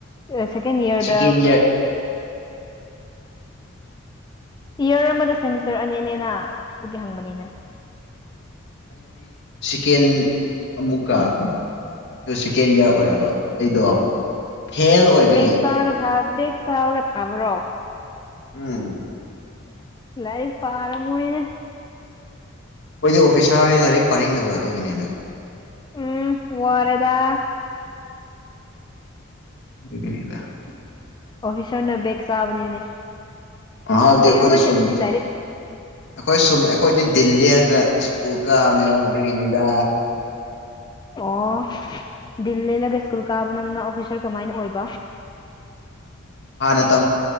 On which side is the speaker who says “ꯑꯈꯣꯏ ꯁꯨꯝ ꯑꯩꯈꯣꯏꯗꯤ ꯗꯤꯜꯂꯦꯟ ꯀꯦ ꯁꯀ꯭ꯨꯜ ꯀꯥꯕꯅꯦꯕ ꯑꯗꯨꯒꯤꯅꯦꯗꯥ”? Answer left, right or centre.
Left